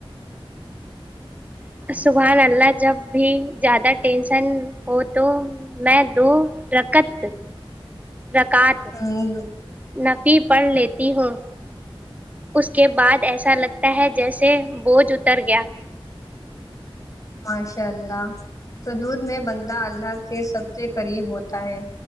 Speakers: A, on the right (about 15°); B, on the left (about 35°).
A: سبحان اللہ جب بھی زیادہ ٹینشن ہو تو میں دو رکت رکعات
B: ہے
A: نفی پڑھ لیتی ہوں اس کے بعد ایسا لگتا ہے جیسے بوجھ اتر گیا
B: ماشاء اللہ سجود میں بندہ اللہ کے سب سے قریب ہوتا ہے